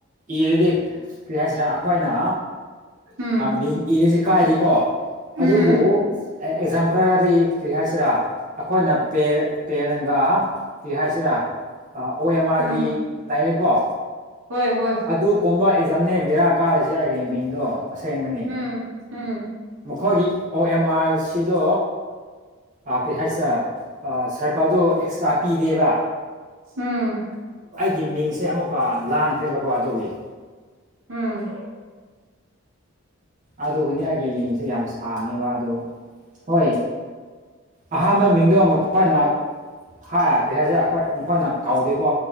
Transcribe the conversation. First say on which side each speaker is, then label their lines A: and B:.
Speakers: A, on the right (about 35°); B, on the right (about 70°).
A: ꯏꯔꯤꯗꯤ ꯀꯔꯤ ꯍꯥꯏꯁꯤꯅ ꯑꯩꯈꯣꯏꯅ
B: ꯎꯝ
A: ꯕꯤ ꯏꯔꯤꯁꯤ ꯀꯥꯏꯔꯤꯀꯣ ꯑꯗꯨꯕꯨ
B: ꯎꯝ
A: ꯑꯦꯛꯖꯥꯝꯄꯜ ꯈꯈ꯭ꯔꯗꯤ ꯀꯔꯤ ꯍꯥꯏꯁꯤꯔꯥ ꯑꯩꯈꯣꯏꯅ ꯄꯦꯟꯒ ꯀꯔꯤ ꯍꯥꯏ ꯔ ꯑꯣꯃꯥꯒꯤ
B: ꯎꯝ
A: ꯂꯥꯏꯔꯦꯀꯣ
B: ꯍꯣꯏ ꯍꯣꯏ
A: ꯑꯗꯨ ꯀꯣꯕ ꯑꯦꯛꯖꯝꯅꯦ ꯕꯦꯔꯥ ꯀꯥꯔꯤꯁꯤ ꯑꯩꯒꯤ ꯃꯤꯡꯗꯣ ꯑꯁꯦꯡꯕꯅꯤ
B: ꯎꯝ ꯎꯝ
A: ꯃꯈꯣꯏꯒꯤ ꯑꯣ ꯑꯦꯝ ꯑꯥꯔ ꯁꯤꯗꯣ ꯑꯥ ꯀꯔꯤ ꯍꯥꯏꯁꯔ ꯁꯔꯀꯥꯔꯗꯣ ꯑꯦꯛꯁꯇ꯭ꯔꯥ ꯄꯤꯗꯦꯕ
B: ꯎꯝ
A: ꯒꯤ ꯃꯤꯡꯁꯦ ꯑꯃꯨꯛꯀ ꯂꯥꯟꯈ꯭ꯔꯦꯕꯀꯣ ꯑꯗꯨꯒꯤ
B: ꯎꯝ
A: ꯑꯗꯨꯒꯅꯤ ꯑꯩꯒꯤ ꯌꯦꯡꯁꯦ ꯌꯥꯝ ꯁꯥꯡꯉꯦꯕ ꯑꯗꯨ ꯍꯣꯏ ꯑꯍꯥꯟꯕ ꯃꯤꯡꯗꯣ ꯑꯃꯨꯛ ꯈꯣꯏꯅ ꯍꯥꯏ ꯀꯩ ꯍꯥꯏꯁꯦ ꯑꯩꯈꯣꯏ ꯃꯈꯣꯏꯅ ꯀꯥꯎꯗꯦꯀꯣ